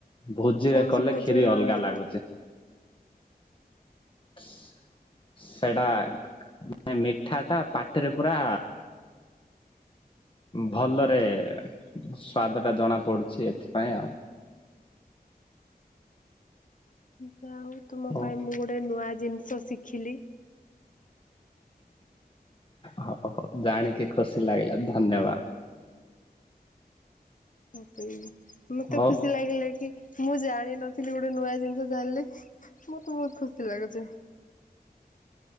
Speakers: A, on the left (about 30°); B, on the left (about 55°).
A: ଭୋଜିରେ
B: କୌଣସି
A: କଲେ
B: ଭୋଜନ
A: କ୍ଷୀରି ଅଲଗା
B: ଆଜ୍ଞା
A: ଲାଗୁଚି। ସି ସି ସେଟା ମାନେ ମିଠା ଟା ପାଟିରେ ପୁରା ଭଲରେ ସ୍ଵାଦ ଟା ଜଣା ପଡୁଛି ଏଥିପାଇଁ ଆଉ।
B: ଯା ହଉ ତୁମ
A: ହଉ
B: ପାଇଁ ମୁଁ ଗୋଟେ ନୂଆ ଜିନିଷ ଶିଖିଲି।
A: ହଉ ଜାଣିକି ଖୁସି ଲାଗିଲା ଧନ୍ୟବାଦ।
B: ମତେ ବି ମତେ
A: ହଉ
B: ଖୁସି ଲାଗିଲା କି ମୁଁ ଜାଣିନଥିଲି ଗୋଟେ ନୂଆ ଜିନିଷ ଜାଣିଲି। ମତେ ବହୁତ୍ ଖୁସି ଲାଗୁଚି।